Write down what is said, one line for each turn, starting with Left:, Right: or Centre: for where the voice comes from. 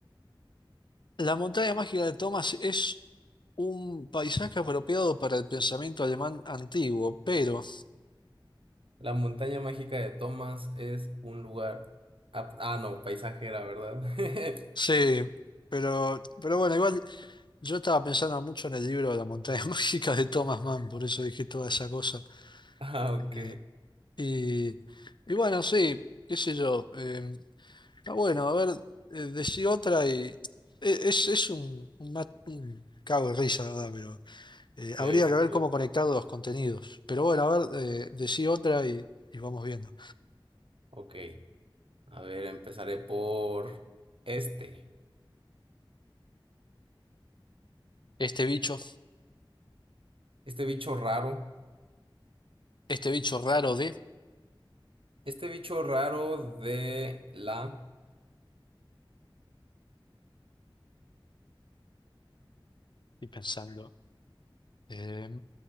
Left: La montaña mágica de Thomas es un paisaje apropiado para el pensamiento alemán antiguo, pero...
Right: La montaña mágica de Thomas es un lugar. Ah, ah, no, paisajera, ¿verdad? <laughs>
Left: Sí, pero, pero bueno, igual... Yo estaba pensando mucho en el libro La montaña <laughs> mágica de Thomas Mann, por eso dije toda esa cosa.
Right: Ah, ok.
Left: Eh, y, y bueno, sí, qué sé yo. eh, está bueno, a ver, eh, decí otra y e- es, es un, un, ma- un cago de risa, la verdad, pero eh,
Right: Sí,
Left: habría
Right: sí,
Left: que ver
Right: sí.
Left: cómo conectar los contenidos. Pero bueno, a ver, eh, decí otra y, y vamos viendo.
Right: Ok. A ver, empezaré por este.
Left: Este bicho,
Right: Este bicho raro.
Left: este bicho raro de,
Right: Este bicho raro de la.
Left: y pensando, eh,